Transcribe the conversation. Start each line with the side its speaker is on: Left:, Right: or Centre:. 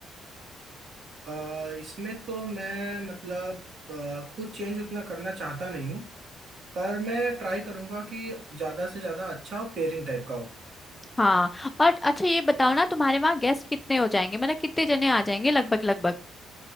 Right: आ, इसमें तो मैं मतलब आ, कुछ चेंज उतना करना चाहता नहीं हूँ पर मैं ट्राई करूंगा कि ज्यादा से ज्यादा अच्छा पेयरिंग टाइप का हो
Left: हाँ और अच्छा ये बताओ ना तुम्हारे वहाँ गेस्ट कितने हो जाएंगे मतलब कितने जने आ जाएंगे लगभग लगभग